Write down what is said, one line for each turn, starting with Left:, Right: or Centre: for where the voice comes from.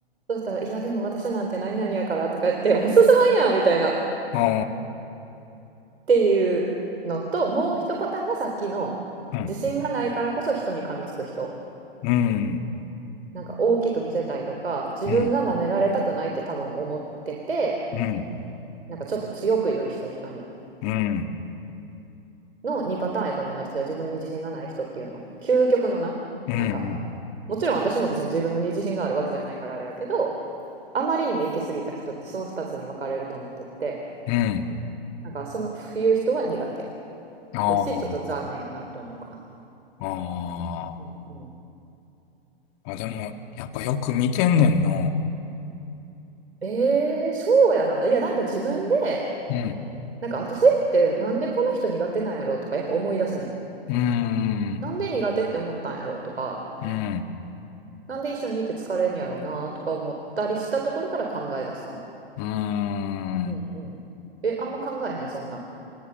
Right: そしたら、いや、でも私なんて何々やからとか言って、もう進まんやんみたいなっ
Left: あ
Right: ていうのと、もう一パターンがさっきの、
Left: あ。うん。
Right: 自信がないからこそ人に噛みつく人。
Left: うん。
Right: なんか大きく見せたいとか、自分が舐められたくないって多分思ってて、
Left: うん。うん。
Right: なんかちょっと強く言う人、人に。
Left: うん。
Right: の2パターンやと思うね、私は自分に自信がない人っていうの。究極のな、
Left: うん。
Right: なんかもちろん私も別に自分に自信があるわけじゃないからあれやけどあまりにも行き過ぎた人ってその二つに分かれると思ってて
Left: うん。
Right: なんかその言う人は苦手
Left: あ
Right: やしちょっと残念やなって思うかな。
Left: あ。
Right: うんうん
Left: ああ。あ、でも、やっぱよく見てんねんな。
Right: えー、そうやないやなんか自分で
Left: うん。
Right: なんか私ってなんでこの人苦手なんやろうとかやっぱ思い出すねん。
Left: うーん。
Right: なんで苦手って思ったんやろうとか
Left: うん。
Right: なんで一緒にいて疲れんやろうなとか思ったりしたところから考え出すかな。
Left: うーん。
Right: うんうん。え、あんま考えへんそんなん。